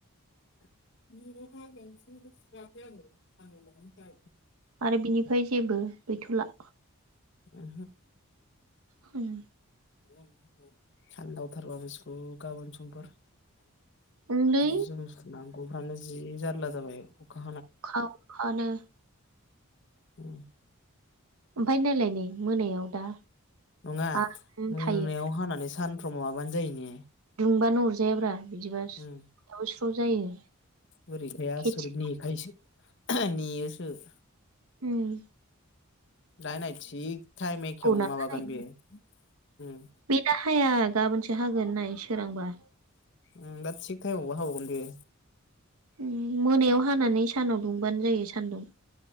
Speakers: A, on the left; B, on the right.
A: <unintelligible> <inaudible> <inaudible>
B: आरो बिनिफाय जेबो गैथ'ला
A: ओहो
B: ओम
A: <unintelligible>
B: ओंलै
A: जि जोम सुनांगौफ्रानो जि जारला जाबाय अखा
B: अखा अखानो
A: औ
B: ओमफाय नायलाय नै मोनायाव दा
A: नङा
B: आराम
A: मोनायाव
B: थायो
A: हानानै सानफ्राव माबानो जायो ने
B: दुंबानो अरजायाब्रा <inaudible> जायो
A: उम बोरैथाय आसरिथ
B: खेथि
A: नेखायोसो नेयोसो सो
B: उम
A: दाहाय नाय थिख थाइम एखेयावनो
B: नालाय
A: माबागोन बेयो। उम
B: बे दा हाया गाबोनसो हागोन नाय सोरांबा
A: उम <unintelligible> दा थिग टाइमावबो हाबावगोन बेयो।
B: उम मोनायाव हानानै सानाव दुंबानो जायो सानदुं